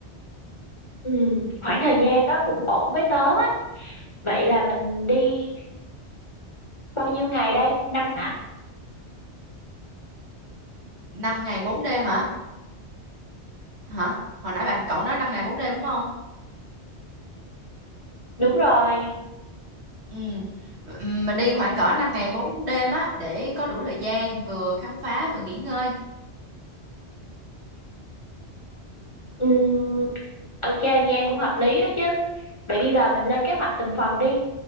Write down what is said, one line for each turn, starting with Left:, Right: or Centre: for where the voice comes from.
Left: Ừ, khoảng thời gian đó cũng ổn với tớ á. Vậy là mình đi bao nhiêu ngày đây? Năm hả?
Right: Năm ngày 4 đêm hả? Hả? Hồi nãy bạn cậu nói 5 ngày 4 đêm đúng không?
Left: Đúng rồi.
Right: Ừ. Ừm, Mình đi khoảng cỡ 5 ngày 4 đêm á để có đủ thời gian vừa khám phá vừa nghỉ ngơi.
Left: Ừ, ok, nghe cũng hợp lý đó chứ. Vậy bây giờ mình lên kế hoạch từng phần đi.